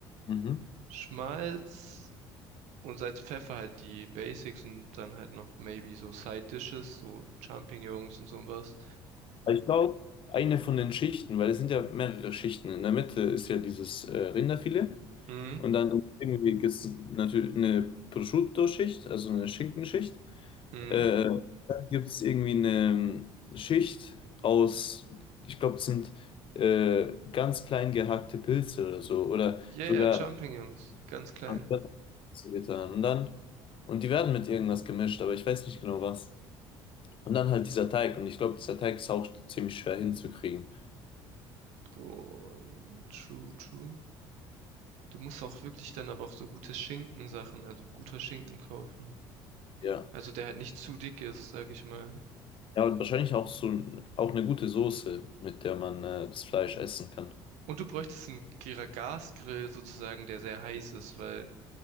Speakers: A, on the left; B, on the right.
A: Mhm.
B: Schmalz und Salz, Pfeffer halt die Basics und dann halt noch maybe so Side Dishes, so Champignons und sowas.
A: Aber Ich glaube, eine von den Schichten, weil es sind ja mehrere Schichten. In der Mitte ist ja dieses äh, Rinderfilet
B: Mhm.
A: und dann irgendwie gibt es natürlich eine Prosciutto-Schicht, also eine Schinkenschicht.
B: Mhm.
A: Äh, dann gibt es irgendwie eine ähm, Schicht aus, ich glaube, es sind äh, ganz klein gehackte Pilze oder so. Oder
B: Ja,
A: sogar
B: ja, Champignons. Ganz klein.
A: Pilze getan. Und dann, und die werden mit irgendwas gemischt, aber ich weiß nicht genau was. Und dann halt dieser Teig. Und ich glaube, dieser Teig ist auch ziemlich schwer hinzukriegen.
B: Boah, ja, true, true. Du musst auch wirklich dann aber auch so gute Schinkensachen, also guter Schinken kaufen.
A: Ja.
B: Also der halt nicht zu dick ist, sag ich mal.
A: Ja, und wahrscheinlich auch so ein- auch eine gute Soße, mit der man äh, das Fleisch essen kann.
B: Und du bräuchtest einen Gra- Gasgrill sozusagen, der sehr heiß ist, weil